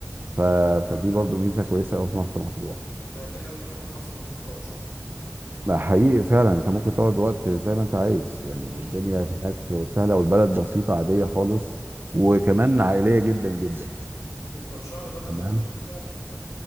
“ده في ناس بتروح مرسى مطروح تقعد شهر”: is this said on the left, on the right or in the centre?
Left